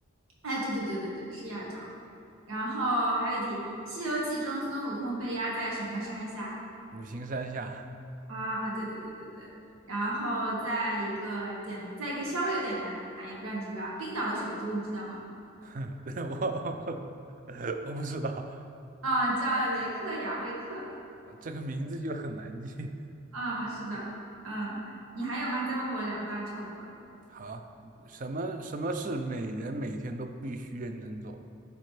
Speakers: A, on the right (about 80°); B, on the right (about 40°).
A: 哎，对对对对对，是亚洲。然后还有一题，《西游记》中孙悟空被压在什么山下？
B: 五行山下。
A: 啊，对对对对对。然后再一个简，再一个稍微有点难，也不知道你知不知道，冰岛的首都你知道吗？
B: <laughs> 对，我 <laughs> 我不知道，
A: 啊，叫雷克雅未克。
B: 呃这个名字就很难记。
A: 啊，是的，嗯，你还有吗？再问我两道，差不多。
B: <laughs> 好，什么什么是每人每天都必须认真做，